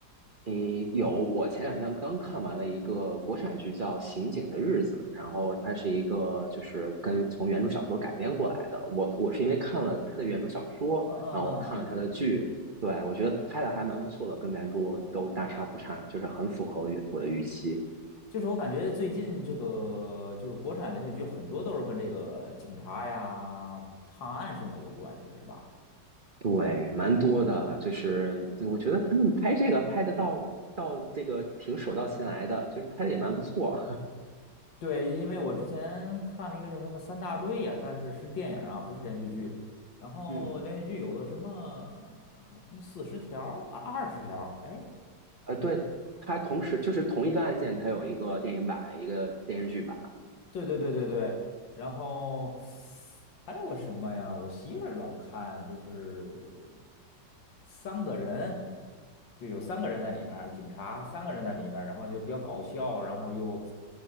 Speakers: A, on the right; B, on the left.
A: 诶，有，我前两天刚看完了一个国产剧叫《刑警的日子》，然后它是一个就是跟从原著小说改编过来的。我我是因为看了它的原著小说，
B: 嗯嗯嗯嗯，
A: 然后我看了它的剧，对，我觉得拍的还蛮不错的，跟原著都大差不差，就是很符合原我的预期。
B: 就是我感觉最近这个就是国产连续剧很多都是跟这个警察呀、判案什么有关系的，是吧？
A: 对，蛮多的，就是对我觉得他们拍这个拍的到到这个挺手到擒来的，就是拍的也蛮不错。
B: 对，因为我之前看了一个叫什么《三大队》呀，但是是电影啊，不是连续剧。然后连续剧有个什么
A: <laughs> 嗯。
B: 什么四十条、二二十条，哎，
A: 呃，对，它同时就是同一个案件，它有一个电影版，一个电视剧版，
B: 对对对对对，然后还有个什么呀？我媳妇儿老看，就是三个人，就有三个人在里面儿，警察三个人在里面儿，然后就比较搞笑，然后又